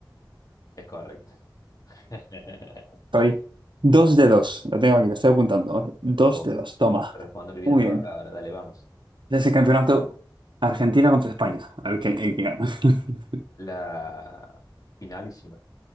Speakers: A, on the left; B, on the right.
A: Es correcto. <laughs>
B: Soy dos de dos. Lo tengo aquí, lo estoy apuntando. Dos
A: Oh,
B: de dos, toma.
A: responder bien
B: Muy
A: yo
B: bien.
A: acá ahora, dale, vamos.
B: Ese es el campeonato Argentina contra España. A ver qué, eh, qué gana. <laughs>
A: La finalísima.